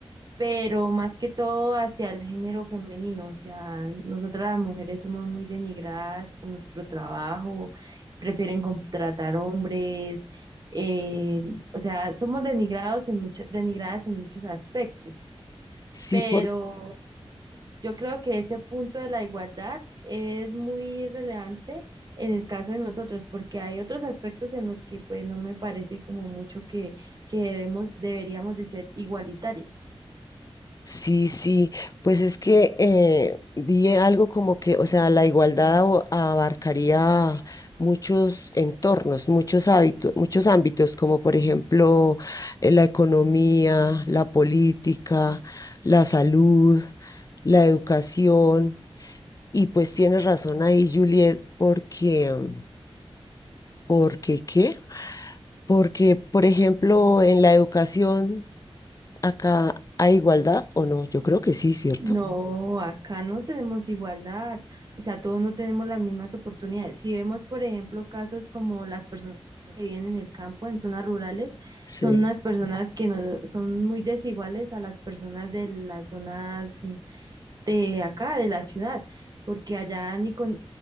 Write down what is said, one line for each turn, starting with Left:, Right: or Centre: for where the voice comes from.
Right: pero más que todo hacia el género femenino. O sea, nosotras las mujeres somos muy denigradas por nuestro trabajo, prefieren contratar hombres, eh, o sea, somos denigrados en mucho- denigradas en muchos aspectos,
Left: Sí,
Right: pero...
Left: por,
Right: Yo creo que ese punto de la igualdad es muy relevante en el caso de nosotros, porque hay otros aspectos en los que pues no me parece como mucho que, que debemos- deberíamos de ser igualitarios.
Left: sí, sí, pues es que eh, vi algo como que, o sea, la igualdad abo- abarcaría muchos entornos, muchos hábitos, muchos ámbitos, como por ejemplo eh, la economía, la política, la salud, la educación, y pues tienes razón ahí, Juliet, porque mm, Porque qué qué? Porque, por ejemplo, en la educación acá hay igualdad o no. Yo creo que sí, ¿cierto?
Right: No, acá no tenemos igualdad, o sea, todos no tenemos las mismas oportunidades. Si vemos, por ejemplo, casos como las personas que viven en el campo, en zonas rurales,
Left: Sí.
Right: son unas personas que no son muy desiguales a las personas de las zonas de acá, de la ciudad, porque allá ni con,